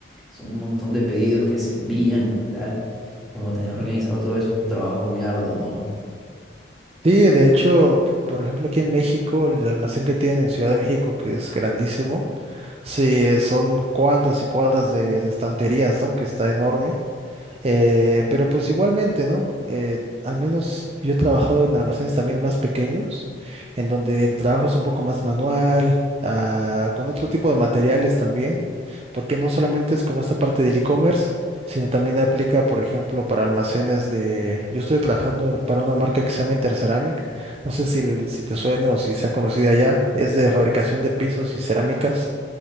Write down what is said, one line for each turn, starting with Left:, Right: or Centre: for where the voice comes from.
Centre: son un montón de pedidos que se envían y tal. Como tener organizado todo eso es un trabajo muy arduo, ¿no?
Right: Sí, de hecho, p- por ejemplo, aquí en México, el almacén que tienen en Ciudad de México, que es grandísimo, sí, eh, son cuadras y cuadras de, de estanterías, ¿no? Que está enorme. Eh, pero pues igualmente, ¿no? Eh, al menos yo he trabajado en almacenes también más pequeños, en donde el trabajo es un poco más manual, ah, con otro tipo de materiales también, porque no solamente es como esta parte del e-commerce, sino también aplica, por ejemplo, para almacenes de... Yo estoy trabajando para una marca que se llama Interceramic, no sé si, si te suena o si sea conocida ya, es de fabricación de pisos y cerámicas.